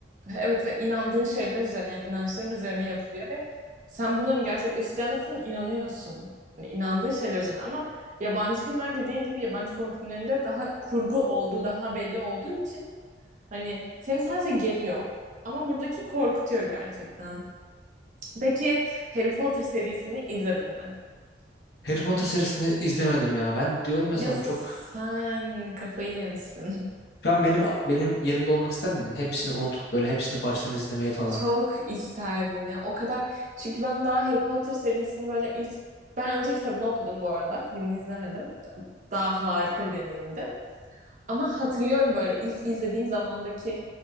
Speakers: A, on the right (about 45°); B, on the left (about 65°).
A: Evet ve inandığın şeyler üzerine yani inançların üzerine yapılıyor ve sen bunların gerçekleşeceğine zaten inanıyorsun. Yani inandığın şeyler üzerine ama yabancı filmler dediğin gibi yabancı korku filmlerinde daha kurgu olduğu daha belli olduğu için hani seni sadece geriyor. Ama buradaki korkutuyor gerçekten. Peki Harry Potter serisini izledin mi?
B: Harry Potter serisini izlemedim ya. Ben diyorum ya
A: Ya
B: sana
A: sen
B: çok.
A: kafayı yemişsin.
B: Şu an benim benim yerimde olmak ister miydin? Hepsini unutup böyle hepsini baştan izlemeyi falan.
A: Çok isterdim ya. O kadar çünkü ben daha Harry Potter serisini böyle ilk ben önce kitabını okudum bu arada. Filmini izlemedim. Daha harika bir deneyimdi. Ama hatırlıyorum böyle ilk izlediğim zamandaki